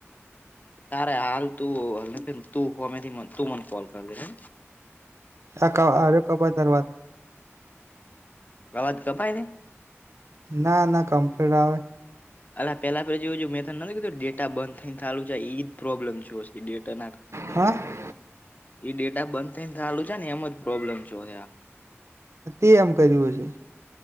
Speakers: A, on the left (about 35°); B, on the right (about 75°).
A: તારે હાલ તું તુંમેથી તું મને કોલ કરી લેે.
B: આ્યો કબર ધરવા
A: કવાત કપાઈ ને.
B: ના ના કમ્પ્લીટ આવે.
A: અ પેલા પછી એું મેથડ નથી કધું ડેા બંધ થઈને ચાલુ છે એ જ પ્રોબ્લેમ જો હશે. ડેટા નાખ <unintelligible>
B: હા
A: ઈ ડેટા બંધ થઈ ને ચાલુ છે ને એમ જ પ્રોબ્લેમ જોર.
B: તે એમ કર્યું હ છે.